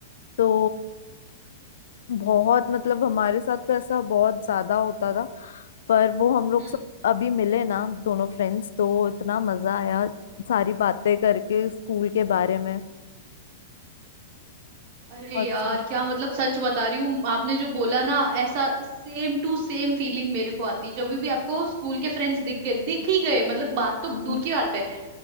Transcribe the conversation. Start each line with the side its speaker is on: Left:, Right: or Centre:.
Left: तो बहुत मतलब हमारे साथ तो ऐसा बहुत ज्यादा होता था पर वो हम लोग
Right: हम्म
Left: सब अभी मिले ना दोनों फ्रेंड्स तो इतना मजा आया सारी बातें करके स्कूल के बारे में
Right: अरे
Left: बहुत
Right: यार
Left: अच्छा था।
Right: क्या मतलब सच बता रही हूँ आपने जो बोला ना ऐसा सेम टू सेम फीलिंग मेरे को आती जब भी आपको स्कूल के फ्रेंड्स दिख गए दिख ही गए मतलब बात
Left: हम्म।
Right: तो दूर की बात है